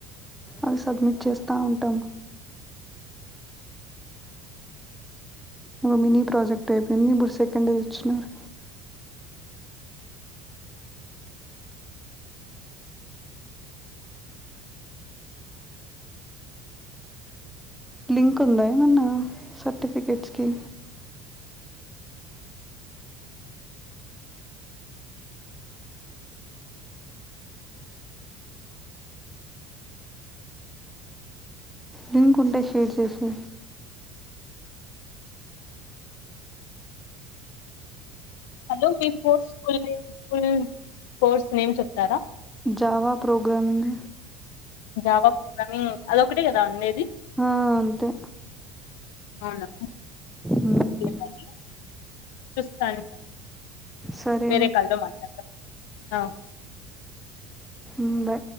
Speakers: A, in the centre; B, on the left.
A: అవి సబ్మిట్ చేస్తా ఉంటాం. ఒక మినీ ప్రాజెక్ట్ అయిపోయింది, ఇప్పుడు సెకండ్ ది ఇచ్చినారు. లింక్ ఉందా ఏమన్న సర్టిఫికెట్స్ కి? లింక్ ఉంటే షేర్ చెసే
B: హలో మీ course full name full course name చెప్తారా
A: జావ ప్రోగ్రామింగ్
B: జావా ప్రోగ్రామింగ్ అదొకటే కదా ఉండేది
A: ఆ అంతే
B: అవునా
A: మ్మ్
B: ఏ మరి చూస్తాను
A: సరే
B: వేరే కల్లో మాట్లాడదాం ఆ
A: ఉ బా